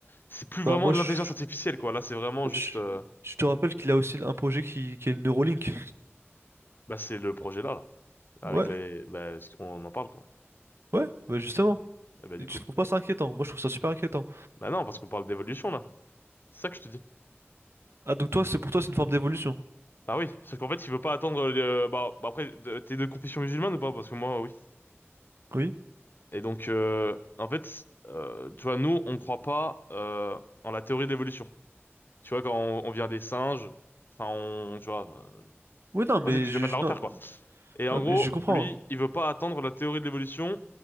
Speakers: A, on the left; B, on the right.
A: c'est plus vraiment
B: Bah, moi,
A: de
B: je,
A: l'intelligence artificielle, quoi. Là, c'est vraiment juste,
B: je,
A: euh,
B: je te rappelle qu'il a aussi un projet qui, qui est le Neuralink.
A: bah, c'est le projet là, là, avec
B: Ouais,
A: les, bah, on en parle, quoi.
B: ouais, bah, justement.
A: Et bah, du
B: Et tu
A: coup,
B: trouves pas ça inquiétant? Moi, je trouve ça super inquiétant.
A: bah non, parce qu'on parle d'évolution là. C'est ça que je te dis.
B: Ah, donc toi, c'est pour toi, c'est une forme d'évolution.
A: Ah oui, sauf qu'en fait, il veut pas attendre. euh, bah, bah après, de- t'es de confession musulmane ou pas? Parce que moi, oui.
B: Oui?
A: Et donc, euh, en fait, euh, tu vois, nous, on croit pas euh, en la théorie de l'évolution. Tu vois, quand on, on vient des singes, enfin, on, tu vois, euh,
B: Oui, non, mais
A: vas-y, que je
B: je,
A: vais pas te
B: je-
A: la
B: non,
A: refaire, quoi. Et en
B: non,
A: gros,
B: mais je comprends.
A: lui, il veut pas attendre la théorie de l'évolution